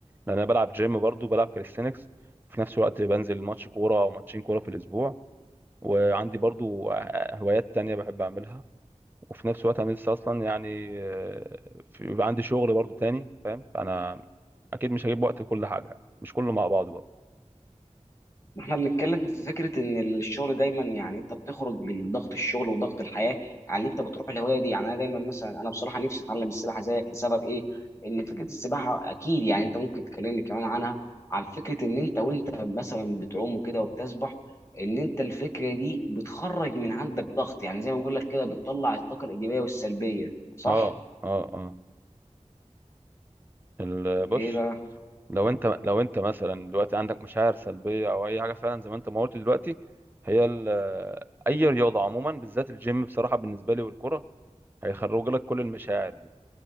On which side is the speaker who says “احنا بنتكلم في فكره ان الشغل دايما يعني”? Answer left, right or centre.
Left